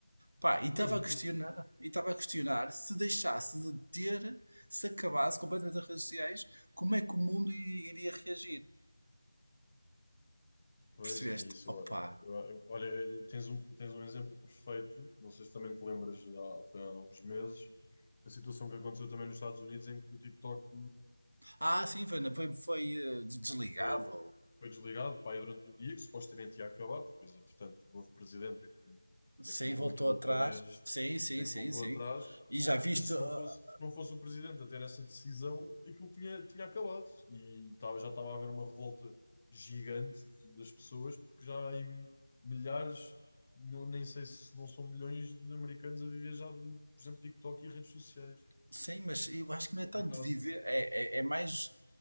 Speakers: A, on the right; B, on the left.
A: Pá, e estava
B: Pois, eu
A: a questionar, e estava a questionar se deixasse de ter, se acabasse completamente as redes sociais, como é que o mundo i- iria reagir?
B: Pois
A: Percebeste?
B: é isso.
A: Opa!
B: Eu, eu- eu- olha, tens um, tens um exemplo perfeito. Não sei se também te lembras, há, foi há uns meses, a situação que aconteceu também nos Estados Unidos em que o TikTok
A: Ah, sim, foi, foi, foi eh, desligado
B: foi, foi desligado, pá, aí durante um dia que supostamente ia acabar. Depois, entretanto, o novo presidente é que,
A: Sim,
B: é que meteu
A: voltou
B: aquilo
A: atrás.
B: outra vez
A: Sim, sim,
B: é que
A: sim,
B: voltou
A: sim.
B: atrás.
A: E já viste,
B: Mas se
A: ah,
B: não fosse, se não fosse o presidente a ter essa decisão, aquilo tinha, tinha acabado. E estava- já estava a haver uma revolta gigante de- das pessoas, porque já há em milhares, não- nem sei se não são milhões de americanos a viver já de, por exemplo, TikTok e redes sociais.
A: sim, mas eu acho que não
B: É complicado.
A: é tanto de viver, é, é, é mais